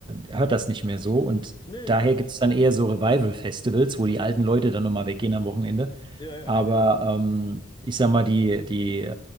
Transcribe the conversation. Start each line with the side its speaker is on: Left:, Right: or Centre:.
Right: hört das nicht mehr so. Und
Left: Nee,
Right: daher
Left: genau.
Right: gibt es dann eher so Revival-Festivals, wo die alten Leute dann nochmal weggehen am Wochenende.
Left: Ja, ja. Ja,
Right: Aber ähm, ich sag mal, die, die äh,